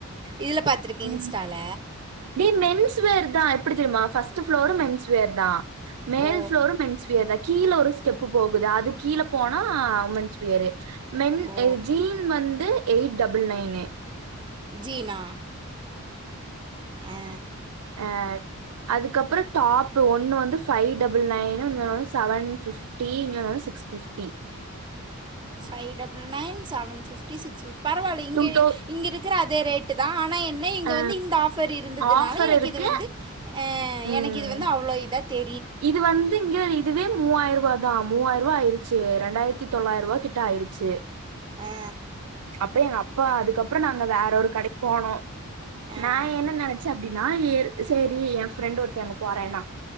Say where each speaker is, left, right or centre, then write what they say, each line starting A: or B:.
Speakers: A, on the right (about 20°); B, on the right (about 85°).
A: இதுல பாத்துருக்கே
B: ம்
A: இன்ஸ்டால
B: டே மென்ஸ் வேர்தா எப்டி தெரியுமா ஃபஸ்ட்டு ஃபளோரு மென்ஸ் வேர் தா மேல்
A: ஓ
B: ஃப்ளோரு மென்ஸ்வியர் தா கீழ ஒரு ஸ்டெப்பு போகுது அது கீழே போனா உமென்ஸ் வேரு மென்
A: ஓ
B: அ ஜீன் வந்து எயிட் டபுள் நைனு
A: ஜீனா ஆ
B: அ அதுக்கப்பறோ டாப் ஒன்னு வந்து ஃபை டபுள் நைன் இன்னொன்னு வந்து சவன் ஃபிஃப்டி இன்னொன்னு வந்து six fifty
A: five double nine seven fifty six fifty பரவால்ல இங்கெழி
B: டூ தௌ
A: இங்கருக்குற அ இதே ரேட்டு தா ஆனா எ ன்ன இங்க
B: ஆ
A: வந்து இந்த ஆஃபர் இருந்ததுனால
B: ஆஃபர்
A: எனக்கு
B: இருக்கு
A: இது வந்து அ
B: ம்
A: எனக்கு இது வந்து அவ்ளோ இதா தெ
B: இது வந்து இங்க இதுவே மூவாயிரூவாதா மூவாயிருவா ஆயிரு ச்சு ரெண்டாயிரத்தி தொள்ளாயிருவா கிட்ட ஆயிருச்சு
A: ஆ
B: அப்போ அப்பா அதுக்கப்புறோ நாங்க வேற ஒரு கடைக் போனோ
A: ஆ
B: நா என்ன நெனச்சே அப்டின்னா எரு சரி எ ஃப்ரெண்ட் ஒருத்தி அங்க போறேன்னா